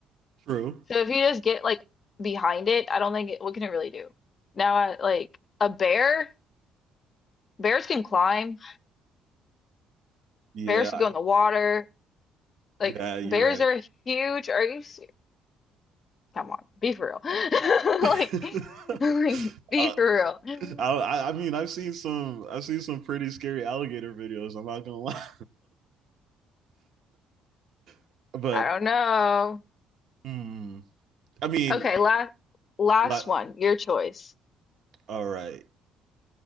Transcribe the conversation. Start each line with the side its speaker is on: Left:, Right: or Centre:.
Right: True.
Left: So if you just get like behind it, I don't think it, what can it really do? Now I, like a bear, bears can climb,
Right: Yeah.
Left: bears can go in the water. Like
Right: Yeah, you're
Left: bears
Right: right.
Left: are huge. Are you ser- Come on, be for real. <laughs>
Right: <laughs>
Left: Like, <laughs> like be
Right: Uh,
Left: for real.
Right: I, I mean, I've seen some, I've seen some pretty scary alligator videos. I'm not gonna lie, <laughs> but
Left: I don't know.
Right: hmm, I mean,
Left: Okay, last last
Right: la-
Left: one, your choice.
Right: all right,